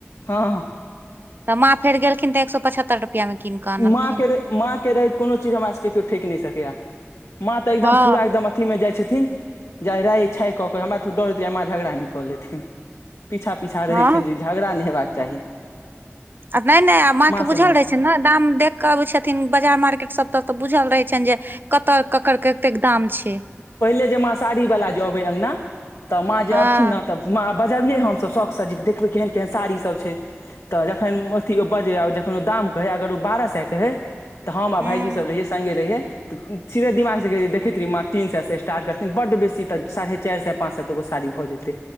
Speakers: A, on the left (about 85°); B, on the right (about 45°).
A: हँ
B: त माँ फेरखिन त एक सौ पचहत्तर रुपया मे कीन कऽ अनलखिन
A: माँ के रह माँ के रहैत कोनो चीज हमरा सभ के कोई ठेेेक नै सकैए माँ त एकदम
B: हँ
A: पूरा एकदम अथी में जाइ छथिन जा राइ छााय क के हमरा तो डर होेते आमा झगड़ा न क लेथिन पीछा पीछा रहै
B: हँ
A: छैनि जे झगड़ा नै हेबाक चाही
B: आ नै नै आब अ
A: माँ
B: के बुझल
A: सङ्गे
B: रहे छै ने दाम देख के अबै छथिन बाजार मार्केट सब त त बुझल रहै छनि जे कतऽ ककर कतेक दाम छै
A: पहिले जे माँ साड़ी वला ज अबै अगना त माँ जे
B: हँ
A: अबथिन ने त माँ बजबियै हम सभ शौकसँ जे देखबै केहन केहन साड़ी सभ छै त जखन अथी ओ बजैए जखन ओ दाम कहे अगर उ बारह सै केहै त हम आ भायईजी
B: हूँ
A: सब रहहिय संगे रहियए त सीधे दिमाग देखैत रही माँ तीन सै से स्टार्ट करथिन बड बेसी त साढ़े चार सै पाँच सै तक ओ सारी भ जे तै